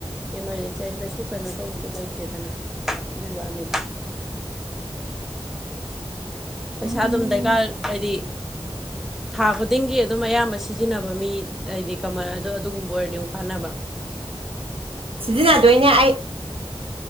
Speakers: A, in the centre; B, on the right.
A: ꯏꯃꯥꯔꯖꯦꯟꯁꯤ ꯍꯥꯏꯁ ꯀꯩꯁꯨ ꯀꯩꯅꯣ ꯇꯧꯕꯗꯣ ꯂꯩꯇꯦꯗꯅ ꯑꯗꯨꯒꯤ ꯋꯥꯅꯤꯗ <inaudible> ꯄꯩꯁꯥ
B: ꯍꯥꯏꯅꯩ
A: ꯑꯗꯨꯝ ꯗꯔꯀꯥꯔ ꯍꯥꯏꯗꯤ ꯊꯥ ꯇꯤꯡꯒꯤ ꯑꯗꯨꯝ ꯑꯌꯥꯝꯕ ꯁꯤꯖꯤꯟꯅꯕ ꯃꯤ ꯍꯥꯏꯗꯤ ꯀꯃꯜ ꯑꯗꯣ ꯑꯗꯨꯒꯨꯝꯕ ꯑꯣꯏꯔꯗꯤ ꯑꯗꯨꯝ ꯀꯥꯟꯅꯕ <inaudible>
B: ꯁꯤꯖꯤꯟꯅꯗꯣꯏꯅꯦ ꯑꯩ